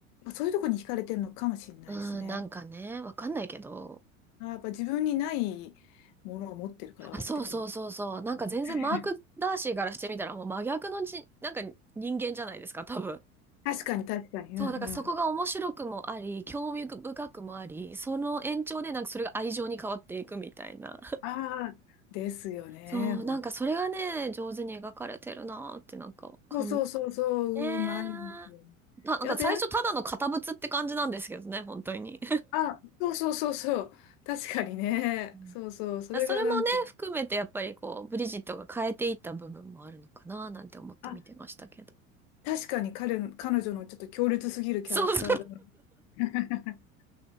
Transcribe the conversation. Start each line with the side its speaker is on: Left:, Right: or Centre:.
Left: そういうとこに惹かれてるのかもしれないですね。
Centre: うん、なんかね、わかんないけど。
Left: あ、やっぱ自分にないものを持ってるからってかも。
Centre: あ、そうそうそうそう。なんか全然マーク・
Left: <laughs>
Centre: ダーシーからしてみたらもう真逆のじ、なんか人間じゃないですか、多分。
Left: 確かに確かに、
Centre: そう、
Left: うんうん。
Centre: だからそこが面白くもあり、興味深くもあり、その延長でなんかそれが愛情に変わっていくみたいな。
Left: ああ、ですよね。
Centre: そう、なんかそれがね、上手に描かれてるなーってなんか、かん、
Left: そうそうそうそう、
Centre: ねー
Left: うまいですよ。
Centre: た、なんか最初ただの堅物って感じなんですけどね、
Left: であとや、
Centre: 本当に。
Left: あ、そうそうそうそう、確かにね、
Centre: <laughs> うん
Left: そうそう、それがなんか、
Centre: それもね、含めてやっぱりこう、ブリジットが変えていった部分もあるのかなーなんて思って見てましたけど。
Left: あ、確かに彼の、彼女のちょっと強烈すぎるキャラクターが
Centre: <laughs> そうそ
Left: <laughs>